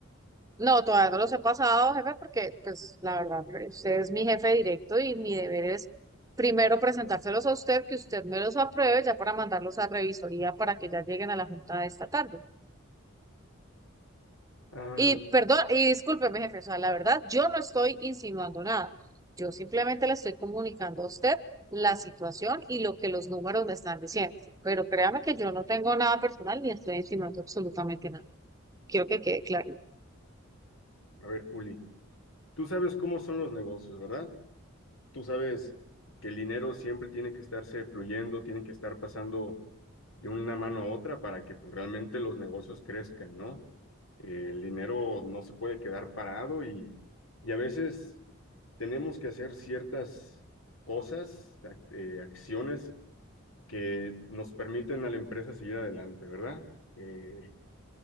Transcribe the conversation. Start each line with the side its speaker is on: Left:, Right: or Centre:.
Right: No, todavía no los he pasado, jefe, porque pues la verdad, usted es mi jefe directo y mi deber es primero presentárselos a usted, que usted me los apruebe ya para mandarlos a revisoría para que ya lleguen a la junta de esta tarde.
Left: Ah,
Right: Y perdón, y discúlpeme, jefe, o sea, la verdad, yo no estoy insinuando nada. Yo simplemente le estoy comunicando a usted la situación y lo que los números me están diciendo. Pero créame que yo no tengo nada personal ni estoy insinuando absolutamente nada. Quiero que quede claro.
Left: a ver, Juli, tú sabes cómo son los negocios, ¿verdad? Tú sabes que el dinero siempre tiene que estarse fluyendo, tiene que estar pasando de una mano a otra para que pues, realmente los negocios crezcan, ¿no? Eh, el dinero no se puede quedar parado y, y a veces tenemos que hacer ciertas cosas, ac- eh, acciones que nos permiten a la empresa seguir adelante, ¿verdad? Eh,